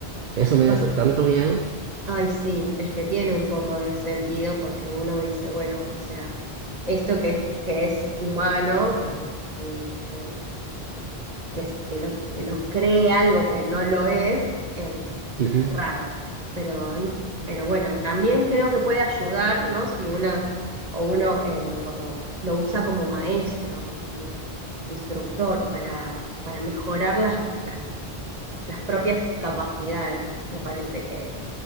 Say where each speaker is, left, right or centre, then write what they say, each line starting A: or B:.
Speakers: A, on the right; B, on the right.
A: Eso me
B: O
A: da t- tanto miedo.
B: Ay, sí, es que tiene un poco de sentido porque uno dice, bueno, o sea, esto que es, que es humano, que lo, que se, que se- que es- que lo, que lo cree algo que no lo es, es,
A: Ujú.
B: es raro. Pero, in- pero bueno, también creo que puede ayudar, ¿no? Si una o uno eh, como lo usa como maestro, o como instructor para, para mejorar las, las las propias capacidades. Me parece que